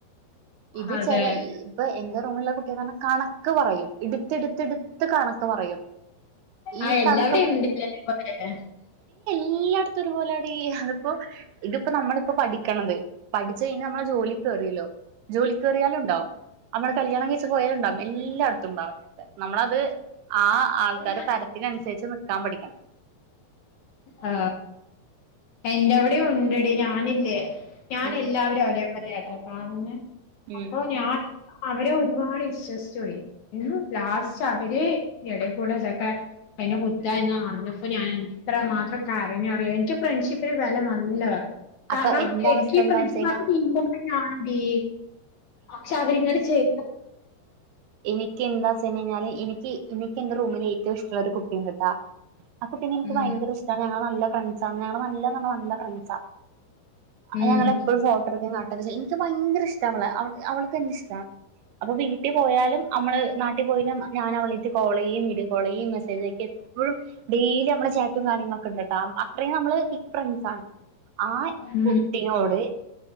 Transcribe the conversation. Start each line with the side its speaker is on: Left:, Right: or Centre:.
Right: ഇത്
Left: അതെ
Right: ചെല ഇപ്പൊ എന്റെ ഇപ്പോള്ള കുട്ടിന്ന് പറഞ്ഞ കണക്ക് പറയും ഇടുത്ത്ടുത്ത്ടുത്ത് കണക്ക് പറയും ഈ
Left: ആ എല്ലാവടെ
Right: കണക്ക്
Left: ണ്ട്ല്ലേ <unintelligible>
Right: ഈ അടുത്ത് ഒരുപോലെ അതിപ്പോ ഇത്പ്പോ നമ്മള്പ്പോ പഠിക്ക്ണത് പഠിച്ചു കഴിഞ്ഞാ നമ്മള് ജോലി കേറിയല്ലോ ജോലി കേറിയാലും ണ്ടാവും നമ്മള് കല്യാണം കഴിച്ച് പോയാലുംണ്ടാവും എല്ലാ <unintelligible> നമ്മളത് ആ ആൾ ആള്ക്കാരെ
Left: ഉം
Right: തരത്തിനൻസര്ച്ച് നിക്കാൻ പഠിക്കണം
Left: ആ എന്റെ അവിടെ ഉണ്ടെടി ഞാനില്ലേ ഞാൻ
Right: ഉം
Left: എല്ലാവെരെ ഒരേ ലേട്ടാ കാണുന്നെ അപ്പൊ
Right: ഉം
Left: ഞാൻ അവരെ ഒരുപാട് വിശ്വസ്ച്ചാേയി എന്ന് ലാസ്റ്റ് അവരെ എടേക്കൂടെ ഇതൊക്കെ എന്നെ കുത്ത എന്ന് അറിഞ്ഞപ്പ ഞാൻ എത്ര മാത്രം കരഞ്ഞറിയോ എനിക്ക് ഫ്രണ്ട്ഷിപ്പിന് വെലമാ ഇല്ല കാരണം
Right: അപ്പൊ എന്റെ
Left: എനിക്ക്
Right: അവസ്ഥ എന്താന്ന്
Left: പരിചയുള്ളോർക്ക്
Right: വെച്ച് കഴിഞ്ഞാ
Left: <unintelligible> ഞാണതി പക്ഷെ അവരിങ്ങനെ ചെയ്
Right: എനിക്ക് എന്താ ചെയ്ഞ്ഞഞ്ഞാല് എനിക്ക് എനിക്ക് എന്റെ റൂമില് ഏറ്റവും ഇഷ്ടുള്ള ഒരു കുട്ടിണ്ട്ട്ടാ ആ കുട്ടീനെ ൻക്ക്
Left: ഉം
Right: ഭയങ്കര ഇഷ്ടാ ഞങ്ങള് നല്ല ഫ്ര സാണ് നല്ലാന്നർഞ്ഞാ നല്ല ഫ്ര സാ അത്
Left: ഉം
Right: ഞങ്ങളെപ്പഴും ഫോട്ടോ എടുക്കട്ട കാട്ടൊക്കെ ചെയ്യും ൻ ത് ഭയങ്കര ഇഷ് ഷ്ട അവളെ അവൾ അവൾക്കും എന്നെ ഇഷ്ടാ അപ്പൊ വീട്ടി പോയാലും അമ്മള് നാട്ടിൽ പോയിഞ്ഞ ഞാനവളായ്ട്ട് കാളെയ്യും വീഡിയോ കോളെയ്യും മെസേജയക്ക എപ്പഴും ഡെയ്ലി നമ്മളെ ചാറ്റും കാര്യങ്ങളൊക്കെണ്ട്ട്ടാ അത്രയും നമ്മള് തിക് ഫ്രണ്ട്സാണ് ആ
Left: ഉം
Right: കുട്ടിയോട്